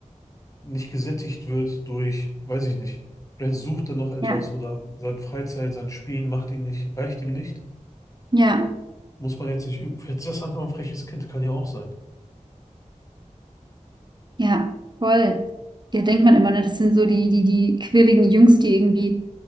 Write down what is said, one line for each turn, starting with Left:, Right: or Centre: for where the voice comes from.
Left: nicht gesättigt wird durch, weiß ich nicht, vielleicht sucht er noch etwas
Right: ja,
Left: oder seine Freizeit, sein Spielen macht ihn nicht, reicht ihm nicht.
Right: ja.
Left: Muss man jetzt nicht üben. Vielleicht ist das einfach ein freches Kind, kann ja auch sein.
Right: Ja, voll. Ja, denkt man immer, ne? Das sind so die, die, die quirligen Jungs, die irgendwie